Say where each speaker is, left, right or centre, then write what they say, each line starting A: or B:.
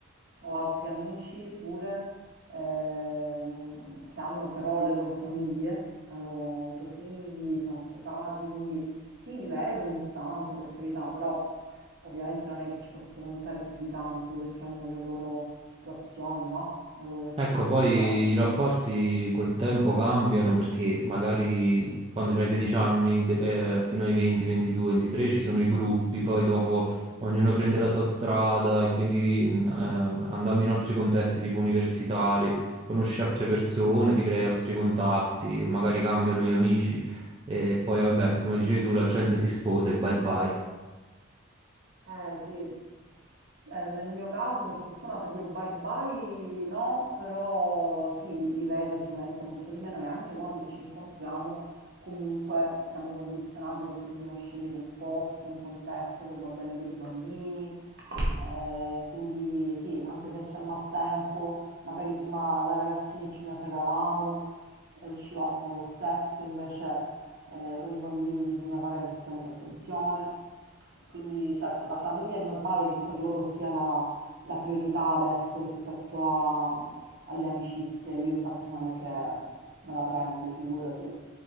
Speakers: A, on the right (about 50°); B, on the right (about 25°).
A: ho altri amici pure ehm, che hanno però le loro famiglie, hanno avuto figli, sono sposati, quindi sì, li vedo ogni tanto per carità, però ovviamente non è che ci posso contare più di tanto perché hanno le loro situazioni, no? Le loro responsabilità.
B: Ecco, poi i rapporti col tempo cambiano perché magari quando c'hai 16 anni, de- eh, fino ai 20, 22, 23 ci sono i gruppi, poi dopo ognuno prende la sua strada e quindi in- ehm, andando in altri contesti tipo universitari, conosci altre persone, ti crei altri contatti, magari cambiano gli amici e poi vabbè, come dicevi tu, la gente si sposa e bye bye.
A: Eh sì, Eh, nel mio caso, per fortuna, proprio bye bye no, però sì, li, li vedo sicuramente molto di meno e anche quando ci incontriamo, comunque siamo condizionati perché dobbiamo scegliere un posto, un contesto che va bene per i bambini, Ehm, quindi sì, anche se c'è maltempo, magari prima da ragazzini ce ne fregavamo e uscivamo lo stesso, invece eh, con i bambini bisogna fare giustamente attenzione. Quindi certo, la famiglia è normale che per loro sia la, la priorità adesso rispetto a- alle amicizie. Io infatti non è che me la prendo, figurati.